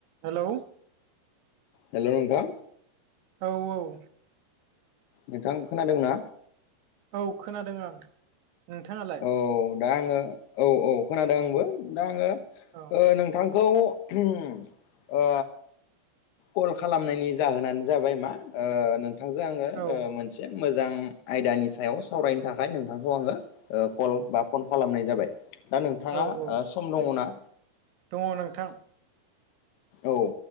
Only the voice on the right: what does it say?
hello
औ औ
औ खोनादों आं नोंथाङालाय?
औ
औ
औ औ
दङ नोंथां